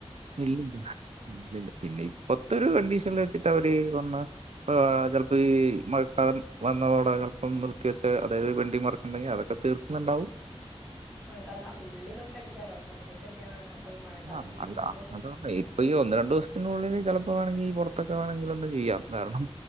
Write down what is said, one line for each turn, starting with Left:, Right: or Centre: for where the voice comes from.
Right: ഇല്ലില്ല ഇല്ലില്ല പിന്നെ ഇപ്പത്തെ ഒരു കണ്ടീഷനിൽ വെച്ചിട്ട് അവര് കൊന്ന ചപ്പോ ഈ മഴക്കാലം വന്നതോടെ ചിലപ്പോം നിർത്തിവെച്ച അതായത് വെൻഡിങ് മർക്ക ഉണ്ടെങ്കിൽ അതൊക്കെ തീർ ഇണ്ടൗ
Centre: മഴക്കാലത്ത് ആ ഉള്ളിലൊക്കെ അടിക്കാലോ പുറത്തേക്ക് അടിക്കാനാണ് അപ്പൊ ഈ മഴക്കാലത്ത്
Right: ആ
Centre: വീട്ടിൽ
Right: അല്ല
Centre: കൂടുതലും
Right: അതാണ് ഇപ്പൊ ഈ ഒന്ന് രണ്ട ദസത്തിനുള്ളിൽ ചിലപ്പോ വേണമങ്ക ഈ പുറത്തൊക്കെ വേണമെങ്കിൽ ഒന്ന് ചെയ്യാം കാരണം